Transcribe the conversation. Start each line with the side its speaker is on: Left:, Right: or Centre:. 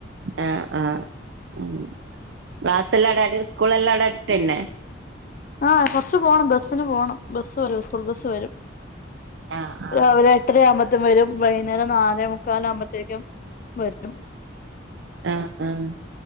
Right: ആഹ് ആഹ് മ്ഹ് ക്ലാസ് എല്ലാം <unintelligible> സ്കൂൾ എല്ലാം അവിടെ അടുത്ത് തന്നെ
Left: ആഹ് കൊറച്ച് പോണം ബസ്സിന് പോണം. ബസ് വരും സ്കൂൾ ബസ് വരും
Right: ആഹ് ആഹ്
Left: രാവിലെ <unintelligible> ആകുമ്പത്തും വരും വൈകുന്നേരം നാലേ മുക്കാല് ആവുമ്പത്തേക്കും വരും
Right: ആഹ് ആഹ്